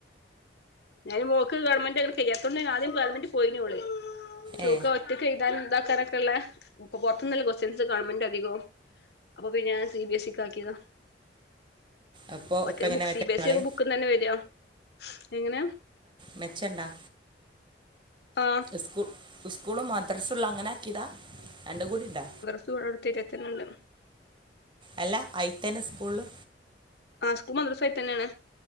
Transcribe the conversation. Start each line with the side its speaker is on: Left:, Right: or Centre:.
Left: ഞാൻ മോക്ക് ഗവൺമെന്റ്ങ്ങനെ ചെയ്യാത്തുണ്ട് ആദ്യം ഗവൺമെന്റ് പോയിനോള ചക്ക
Right: ഏ
Left: ഒറ്റക്ക ഇന്താനൻ ഉതാക്കാനൊക്കെയള്ള ഇൊ പുറത്തുന്ന കൊസ്റ്റൻസ് ഗവൺമെന്റ് അധികവും അപ്പൊ പി ഞാൻ സി ബി എസ് സക്ക് ആക്കിയതാ
Right: അപ്പോൾ
Left: മറ്റേ
Right: ഇപ്പം എങ്ങനെ
Left: സി ബിഎസ്
Right: ആള്
Left: സ ബുക്ക്ന്ന് തന്നെ വരിക എങ്ങനെയാ
Right: മെച്ചണ്ട
Left: ആ
Right: സ്കൂൾ സ്കൂളും മദ്രസള്ള അങ്ങനെ ആക്കിതാ രണ്ടും കൂടി ഉണ്ടോ
Left: ചൂടർ തീരത്തിുണ്ട്
Right: അല്ല ഐത്തന സ്കൂളള്
Left: ആ സ്കൂൾ മരസായി തന്നെയാണ്